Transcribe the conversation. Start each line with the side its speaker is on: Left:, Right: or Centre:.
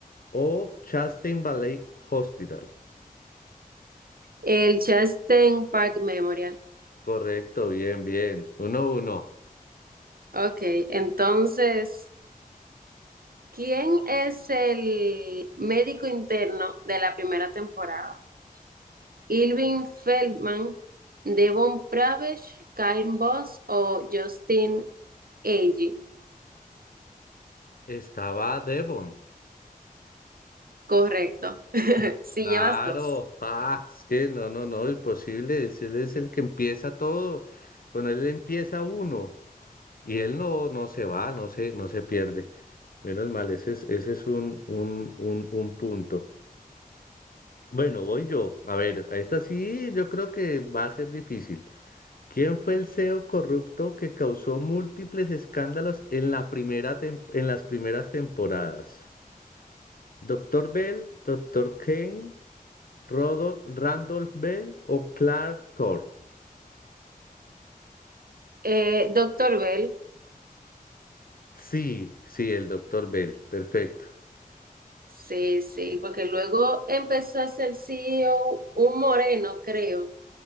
Left: ¿O Chastain Valley Hospital?
Right: El Chastain Park Memorial.
Left: Correcto, bien, bien. Uno, uno.
Right: Ok, entonces, ¿quién es el médico interno de la primera temporada? Irving Feldman, Devon Pravesh, Karen Boss o Justin Agee.
Left: Estaba Devon.
Right: Correcto. <laughs> Sí,
Left: Claro.
Right: llevas dos.
Left: Ah, es que no, no, no, imposible. Es- Él es el que empieza todo. Con él empieza uno. Y él no, no se va, no se, no se pierde. Menos mal, ese es, ese es un, un, un, un punto. Bueno, voy yo. A ver, a esta sí yo creo que va a ser difícil. ¿Quién fue el CEO corrupto que causó múltiples escándalos en la primera tem- en las primeras temporadas? ¿Doctor Bell? ¿Doctor Kane? Rodo- Randolph Bell o Clark Thor.
Right: Eh, Doctor Bell,
Left: Sí, sí, el doctor Bell, perfecto.
Right: Sí, sí, porque luego empezó a ser CEO un moreno, creo,